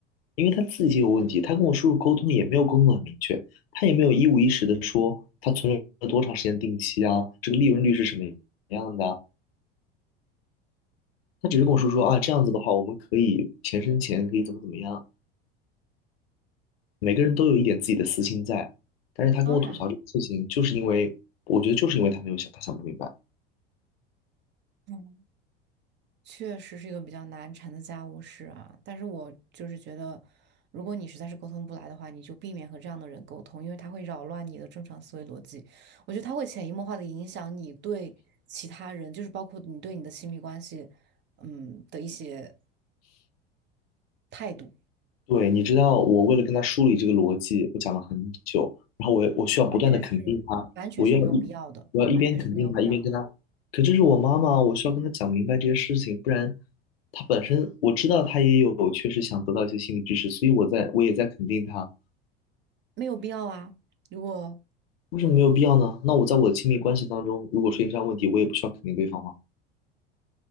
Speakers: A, on the left; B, on the right.
A: 因为他自己也有问题，他跟我叔叔沟通也没有沟通很明确，他也没有一五一十的说他存了多长时间定期啊，这个利润率是什么样的啊他只是跟我叔说啊，这样子的话我们可以钱生钱，可以怎么怎么样，每个人都有一点自己的私心在，但是他跟我吐槽这个事情，
B: 当然，
A: 就是因为我觉得就是因为他没有想，他想不明白。
B: 嗯，确实是一个比较难缠的家务事啊，但是我就是觉得，如果你实在是沟通不来的话，你就避免和这样的人沟通，因为他会扰乱你的正常思维逻辑。我觉得他会潜移默化的影响你对其他人，就是包括你对你的亲密关系，嗯的一些态度。
A: 对，你知道，我为了跟他梳理这个逻辑，我讲了很久，然后我我需要不断的肯定他，
B: 完全是完全是没有必要的，
A: 我要一我要一边肯定他，
B: 完全是没有必要，
A: 一边跟他，可这是我妈妈，我需要跟他讲明白这些事情，不然他本身我知道他也有确实想得到一些心理知识，所以我在我也在肯定他，
B: 没有必要啊！如果
A: 为什么没有必要呢？那我在我的亲密关系当中，如果出现这样问题，我也不需要肯定对方吗？